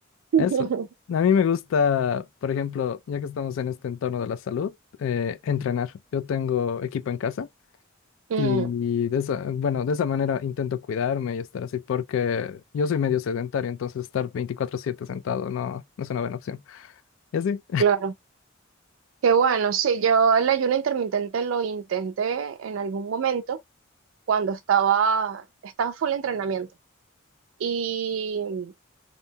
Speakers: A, on the right; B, on the left.
A: <laughs>
B: Eso. A mí me gusta, por ejemplo, ya que estamos en este entorno de la salud, eh, entrenar. Yo tengo equipo en casa.
A: Mm,
B: Y de esa, bueno, de esa manera intento cuidarme y estar así, porque yo soy medio sedentario, entonces estar veinticuatro siete sentado no, no es una buena opción. Y así.
A: claro. Qué bueno, sí, yo el ayuno intermitente lo intenté en algún momento cuando estaba, estaba full entrenamiento y